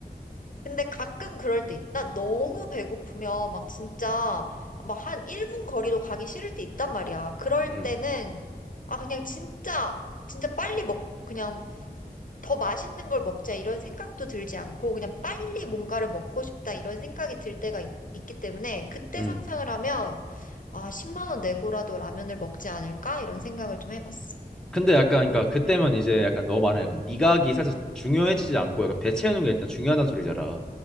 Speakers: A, on the left (about 50°); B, in the centre.
A: 근데 가끔 그럴 때 있다. 너무 배고프면 막 진짜 막 한 1분 거리도 가기 싫을 때 있단 말이야. 그럴
B: 음,
A: 때는, 아, 그냥 진짜, 진짜 빨리 먹, 그냥 더 맛있는 걸 먹자 이런 생각도 들지 않고 그냥 빨리 뭔가를 먹고 싶다 이런 생각이 들 때가 있, 기 때문에 그때
B: 음.
A: 상상을 하면 아, 10만 원 내고라도 라면을 먹지 않을까 이런 생각을 좀 해봤어.
B: 근데 약간 그러니까 그때면 이제 약간 너 말은 약간 미각이 살짝 중요해지지 않고 약간 배 채우는 게 일단 중요하단 소리잖아.